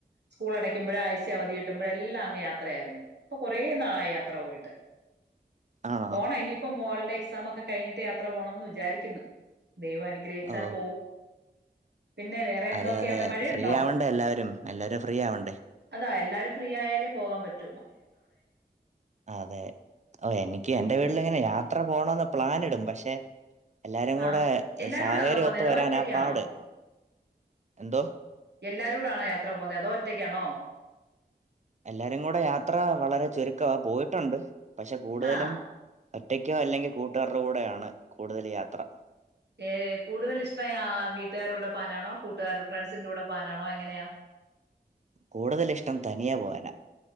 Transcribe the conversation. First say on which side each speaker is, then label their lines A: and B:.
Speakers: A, on the right; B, on the right.
A: സ്കൂൾ അടക്കുമ്പോഴ ആഴ്ച അവധി കിട്ടുമ്പോഴ എല്ലാം അങ്ങ് യാത്രയായിരുന്നു ഇപ്പൊ കുറേ നാളായി യാത്ര പോയിട്ട്
B: ആണോ
A: പോണ ഇനിയിപ്പം മോളിന്റെ എക്സാമൊക്കെ കഴിഞ്ഞിട്ട് യാത്ര പോണംന്ന് വിചാരിക്കുന്നു ദൈവം അനുഗ്രഹിച്ചാൽ
B: ഓ
A: പോവും പിന്നെ വേറെ എന്തൊക്കെ
B: അതെ അതെ
A: അവിടെ മഴയുണ്ടോ
B: ഫ്രീ ആവണ്ടേ എല്ലാവരും എല്ലാരും ഫ്രീ ആവണ്ടേ
A: അതായ എല്ലാരും ഫ്രീ ആയാലേ പോകൻ പറ്റും
B: അതെ ഓ എനിക്ക് എൻ്റെ വീട്ടിൽ ഇങ്ങനെ യാത്ര പോകണന്ന് പ്ലാനിടും പക്ഷെ എല്ലാരും
A: ആ
B: കൂടെ
A: എല്ലാരൂടാന്നോ
B: സാഹചര്യം
A: പോന്നേ
B: ഒത്ത്
A: അതോ
B: വരാനാപാട്
A: ഒറ്റയ്ക്കാണോ
B: എന്തോ
A: എല്ലാരോടാണോ യാത്ര പോകുന്നത് ഏതോ ഒറ്റക്കാണോ
B: എല്ലാരും കൂടെ യാത്ര വളരെ ചുരുക്കമാ പോയിട്ടുണ്ട് പക്ഷെ കൂടുതലും
A: ആ
B: ഒറ്റയ്ക്കോ അല്ലെങ്കിൽ കൂട്ടുകാരുടെോ കൂടെയണ് കൂടുതൽ യാത്ര
A: ഏ കൂടുതൽ ഇഷ്ടം വീട്ടുകാരുടെ പോവാനാണോ കൂട്ടുകാരു ഫ്രണ്ട്സിന്റെറെ കൂടെ പോവാനാണോ എങ്ങനെയാ <inaudible>
B: കൂടുതൽ ഇഷ്ടം തനിയാ പോവാനാ